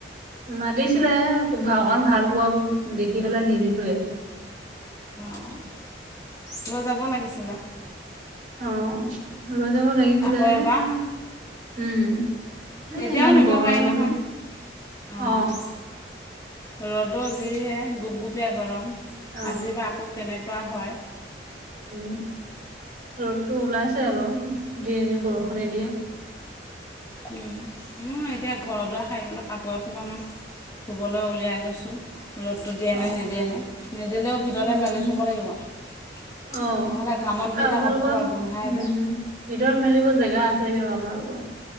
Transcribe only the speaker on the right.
মাতিছিলে অকণমান ভাল পোৱা দেখি পেলাই নিনিলোৱে।
অ লৈ যাব লাগিছিলে
এ উম এ
ইমান
গৰম
আৰু অ
অ
উম ৰ'দটো ওলাইছে অলপ দিয়ে নে বৰষুণে দিয়ে
অ
উম
অ
এ
আপোনালোকৰ
উম
উম ভিতৰত মেলিব জেগা আছে দিয়ক আপোনালোকৰ